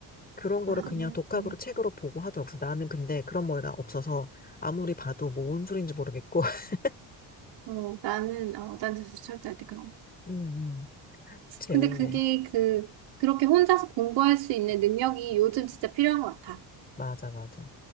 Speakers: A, on the left; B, on the right.
A: 그런 거를
B: 아,
A: 그냥 독학으로
B: 음.
A: 책으로 보고 하더라고. 그래서 나는 근데 그런 머리가 없어서 아무리 봐도 뭐 뭔 소리인지 모르겠고. <laughs>
B: 어, 나는, 어, 난 절대 절대 할때 그런 거.
A: 음, 음. 재밌네.
B: 근데 그게 그, 그렇게 혼자서 공부할 수 있는 능력이 요즘 진짜 필요한 것 같아.
A: 맞아, 맞아.